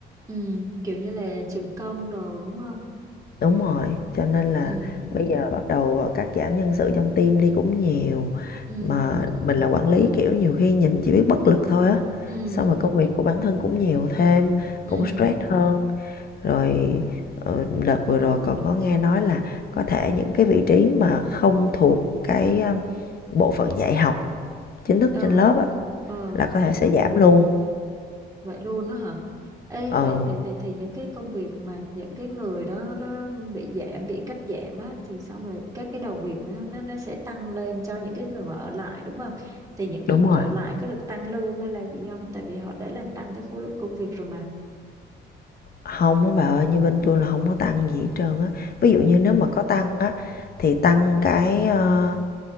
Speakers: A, on the right; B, on the left.
A: ừ kiểu như là trường công đồ đúng không
B: đúng rồi cho nên là
A: ừ
B: bây giờ bắt đầu cắt giảm nhân sự trong team đi cũng nhiều
A: ừ
B: mà mình là quản lý kiểu nhiều khi nhìn chỉ biết bất lực thôi á
A: ừ
B: xong rồi công việc của bản thân cũng nhiều thêm
A: ừ
B: cũng stress hơn rồi ờ, đợt vừa rồi còn có nghe nói là có thể những cái vị trí mà không thuộc cái um, bộ phận dạy học chính thức
A: ờ
B: trên lớp á,
A: ờ
B: là có thể sẽ giảm luôn
A: vậy luôn đó hả Ê,
B: ừ
A: vậy vậy vậy thì những cái công việc mà những cái người đó đó bị giảm bị cắt giảm á thì xong rồi các cái đầu việc nó nó nó sẽ tăng lên cho những cái người mà ở lại đúng không? Thì những cái
B: đúng
A: người
B: rồi
A: ở lại có được tăng lương hay là gì không? Tại vì họ đã làm tăng cái khối lượng công việc rồi mà.
B: không á bà ơi như bên tôi là không có tăng gì hết trơn á ví
A: Ồ.
B: dụ như nếu mà có tăng á thì tăng cái ờ,